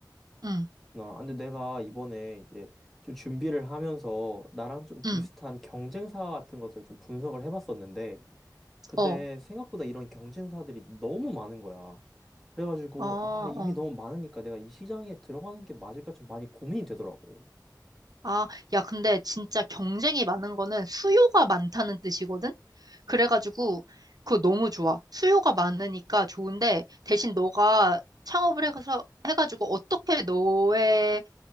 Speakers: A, on the right (about 60°); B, in the centre.
A: 응,
B: 나, 근데 내가 이번에 이제 좀 준비를 하면서 나랑 좀 비슷한
A: 응,
B: 경쟁사 같은 것을 좀 분석을 해봤었는데, 근데
A: 어,
B: 생각보다 이런 경쟁사들이 너무 많은 거야. 그래가지고,
A: 아,
B: 아, 이미
A: 어.
B: 너무 많으니까 내가 이 시장에 들어가는 게 맞을까 좀 많이 고민이 되더라고.
A: 아, 야, 근데 진짜 경쟁이 많은 거는 수요가 많다는 뜻이거든? 그래가지고 그거 너무 좋아. 수요가 많으니까 좋은데 대신 너가 창업을 해서 해가지고 어떻게 너의